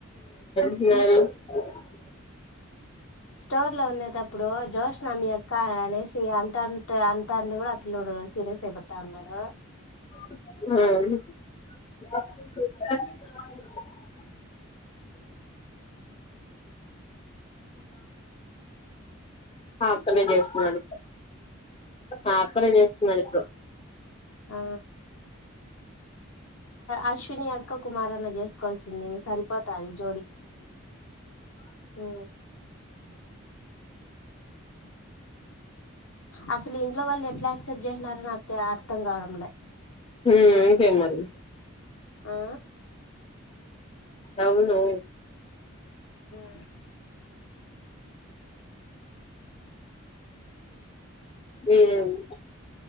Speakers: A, on the left (about 25°); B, on the left (about 80°).
A: మ
B: స్టోర్ లో ఉన్నేతప్ ప్పుడు జోష్ మి అక్క అనేసి అంటంటే ఆన్ డ్రి కూడా అట్లుండు సిరియస్ అయిపోతా ఉన్నాడు
A: హా అా ఆక్కనే చేసుకున్నాడు ఆ అక్కనే చేసుకున్నాడు ఇప్పుడు
B: ఆ అశ్విని అక్క కుమారన్న చేసుకోవాల్సింది సరిపోతాది జోడీ హు అసలు ఇంట్లో వాళ్ళు ఎట్లా యాక్సెప్ట్ చేసినారో నాకు అర్థం కావడంలే
A: హు ఇంకేంది మరి
B: హా
A: అవును
B: ఆ
A: హు